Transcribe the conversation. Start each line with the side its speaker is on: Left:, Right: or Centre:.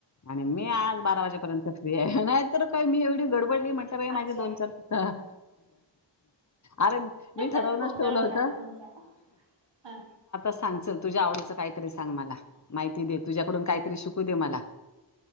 Left: आणि मी आज बारा वाजेपर्यंत फ्री आहे नाही तर काय मी एवढी गड मी म्हटलं बाई माझ
Right: अच्छा
Left: दोन चार अरे मी ठरवूनच
Right: गोंधळ
Left: ठेवलं होत.
Right: उडाला तुमचा हा
Left: सांग चल तुझ्या आवडीच काहीतरी सांग मला माहिती दे तुझ्याकडून काहीतरी शिकू दे मला.